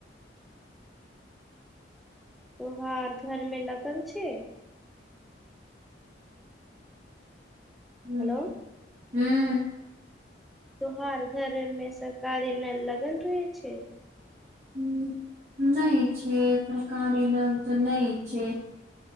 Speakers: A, in the centre; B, on the right (about 35°).
A: तोहार घर मे लगल छै
B: ह
A: हेलो
B: हँ
A: तो हर घर मे सरकारी नल लगल रहे छै
B: ह नहि छै सरकारी नहि तऽ नहिई छै